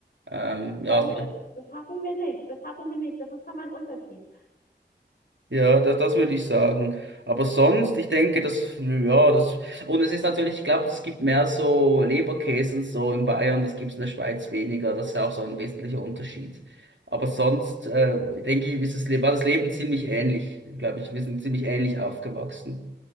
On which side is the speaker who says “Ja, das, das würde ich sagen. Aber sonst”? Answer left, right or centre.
Right